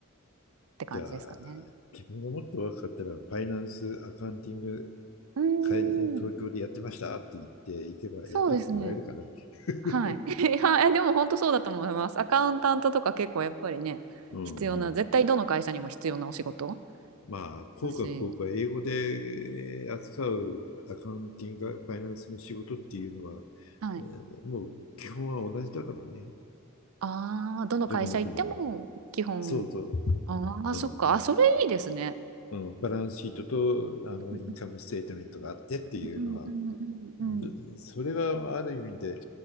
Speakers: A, on the right; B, on the left.
A: て感じですかね。
B: じゃあ、自分がもっと若かったら、ファイナンス、アカウンティング、
A: うー
B: 会東京でやってましたって言っていけば雇ってもらえるかな。
A: ん、そうですね。
B: <laughs>
A: はい。<laughs> いや、えでも本当そうだと思います。アカウンタントとか結構やっぱりね、
B: うんうん。
A: 必要な、絶対どの会社にも必要なお仕事
B: まあ、効果不効果、
A: だし、
B: 英語で扱うアカウンティング、ファイナンスの仕事っていうのは、
A: はい。
B: えーもう基本は同じだからね。
A: ああ、どの会社行っても基本、
B: どこの国も。そうそう。
A: ああ、
B: うんうん。
A: そっか、あ、それいいですね。
B: うん、バランスシートとあのインカムステートメントがあってっていうのは、
A: うんうんうんうんうんうん。
B: でそれがある意味で